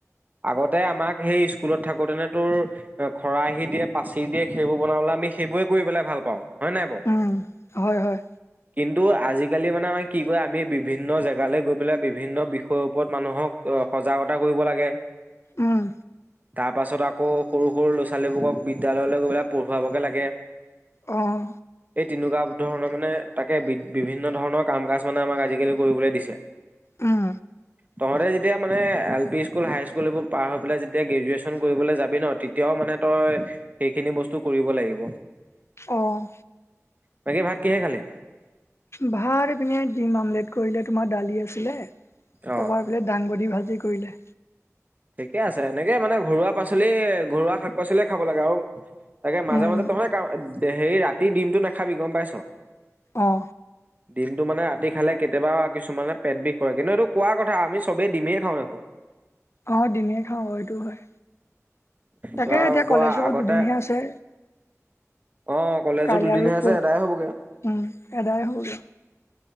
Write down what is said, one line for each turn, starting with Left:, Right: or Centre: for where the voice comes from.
Right: আগতে আমাক সেই স্কুলত থাকোতে ন তোৰ খৰাহি দিয়ে, পাচি দিয়ে সেইবোৰ বনাবলৈ আমি সেইবোৰে কৰি পেলাই ভাল পাওঁ হয়নে নাই বাৰু?
Left: উম, হয় হয়
Right: কিন্তু আজিকালি মানে আমাৰ কি কয় আমি বিভিন্ন জেগালৈ গৈ পেলাই বিভিন্ন বিষয়ৰ ওপৰত মানুহক সজাগতা কৰিব লাগে।
Left: উম।
Right: তাৰ পাছত আকৌ সৰু সৰু ল'ৰা- ছোৱালীবোৰক বিদ্যালয়লৈ গৈ পেলাই পঢ়োৱাবগে লাগে।
Left: অহ।
Right: এই তেনেকুৱা ধৰণৰ মানে তাকে বি বিভিন্ন ধৰণৰ কাম কাজ মানে আমাক আজিকালি কৰিবলৈ দিছে
Left: উম
Right: তহঁতে যেতিয়া মানে এলপি স্কুল, হাইস্কুল এইবোৰ পাৰ হৈ পেলাই যেতিয়া গ্ৰেজুৱেচন কৰিবলৈ যাবি, তেতিয়াও মানে মানে তই সেইখিনি বস্তু কৰিব লাগিব
Left: অ'
Right: বাকী ভাত কিহে খালে।
Left: ভাৰ পিনে ডিম আমলেট কৰিলে তোমাৰ দালি আছিলে
Right: অ',
Left: পাই দাংবডি ভাজি কৰিলে
Right: ঠিকে আছে এনেকে মানে ঘৰুৱা পাচলি ঘৰুৱা শাক পাচলিযে খাব লাগে আৰু তাকে মাজে
Left: উম,
Right: মাজে তহ'লে হে ৰাতি তই ডিমতটো নাখাবি গম পাইছ
Left: অ'।
Right: ডিমটো মানে ৰাতি খালে কেতিয়াবা কিছুমানে পেট বিষ কৰে কিন্তু এইটো কোৱা কথা আমি চবেই ডিমেই খাওঁ দেখোন।
Left: অ দিমেই খাওঁ এইটো হয় তাকে
Right: তই আকৌ
Left: এতিয়া কলেজৰ
Right: আগতে
Left: দুদিনহে আছে।
Right: অ' কলেজো
Left: কাইলৈ
Right: দুদিনহে
Left: আৰু
Right: আছে।
Left: পৰহি
Right: আদায় হ'বগে।
Left: উম, এদাই হ'বগৈ।